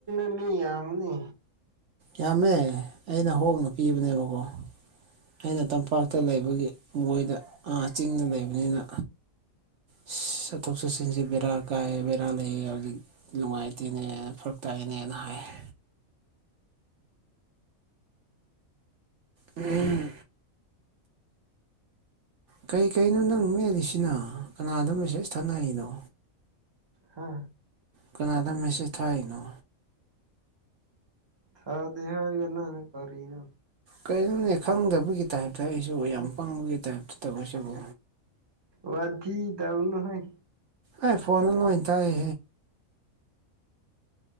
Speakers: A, on the right (about 20°); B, on the right (about 65°).
A: ꯏꯅꯤ ꯌꯥ ꯉꯅꯤ
B: ꯌꯥꯝꯃꯦ ꯑꯩꯅ ꯍꯣꯡꯅ ꯄꯤꯕꯅꯦꯕꯀꯣ ꯑꯩꯅ ꯇꯝꯄꯥꯛꯇ ꯂꯩꯕꯒꯤ ꯃꯣꯏꯗ ꯑꯥ ꯆꯤꯡꯗ ꯂꯩꯕꯅꯤꯅ <unintelligible> ꯆꯠꯊꯣꯛ ꯆꯠꯁꯤꯟꯁꯦ ꯕꯦꯔꯥ ꯀꯥꯏ ꯕꯦꯔꯥ ꯂꯩꯌꯦ ꯍꯧꯖꯤꯛ ꯅꯨꯡꯉꯥꯏꯇꯦꯅꯦ ꯐꯔꯛ ꯇꯥꯏꯅꯦꯅ ꯍꯥꯏ <unintelligible> ꯎꯝ ꯀꯔꯤ ꯀꯩꯅꯣ ꯅꯪ ꯃꯦꯜꯂꯤꯁꯤꯅ ꯀꯅꯥꯗ ꯃꯦꯁꯦꯖ ꯊꯥꯅꯔꯤꯅꯣ
A: ꯍꯥ
B: ꯀꯅꯥꯗ ꯃꯦꯁꯦ ꯊꯥꯏꯅꯣ
A: ꯊꯗ ꯍꯥꯏ ꯀ ꯀꯅ
B: ꯀꯩꯅꯣꯅꯤ ꯈꯪꯗꯕꯒꯤ ꯇꯥꯏꯞꯇ ꯑꯩꯁꯨ ꯌꯥꯝ ꯄꯪꯕꯒꯤ ꯇꯥꯏꯞꯇ ꯇꯧꯕꯁꯤꯕꯨ
A: ꯋꯥꯊꯤ ꯇꯧꯅꯨꯍꯣꯏ
B: ꯑꯩ ꯐꯣꯟꯗ ꯂꯣꯏ ꯇꯥꯛꯍꯦ